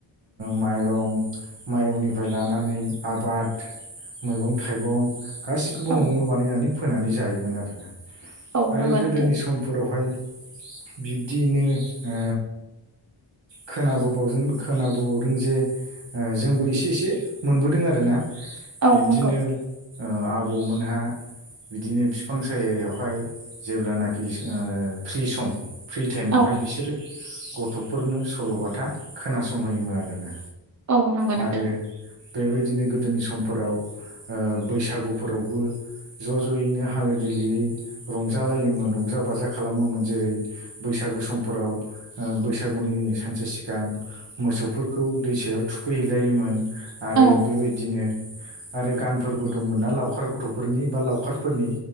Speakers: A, on the right (about 65°); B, on the right (about 40°).
A: माइरं माइरंनिफ्राय लानानै आबाद मैगं थाइगं गासैखौबो
B: औ
A: न'आवनो बानायनानै फोनानै जायोमोन आरोना
B: औ
A: आरो
B: नंगौ
A: गोदोनि
B: नोंथां
A: समफोरावहाय बिब्दियैनो ओ खोनाबो बावजों खोनाबोबावदों जे जोंबो एसे एसे मोनबोदों आरोना
B: औ
A: बिब्दिनो
B: नंगौ
A: ओ आबौमोनहा बिदिनो फिफां सायायावहाय जेब्लानाखि ओ फ्रि सम फ्रि टाइमावहाय
B: औ
A: बिसोरो गथफोरनो सल'बाथा खोनासंहोयोमोन आरोना
B: औ नांगौ
A: आरो
B: नोंथां
A: बेबायदिनो गोदोनि समफोराव ओ बैसागुफोरावबो ज' ज'यैनो हालो दैलोयै रंजालायोमोन रंजा बाजा खालामोमोन जेरै बैसा गु समफोराव ओ बैसागुनि सानसे सिगां मोसौफोरखौ दैसायाव थुखैहैलायोमोन आरो
B: औ
A: बेबायदिनो आरो गानफोरबो दंमोन ना लावखार गथ'फोरनि बा लावखारफोरनि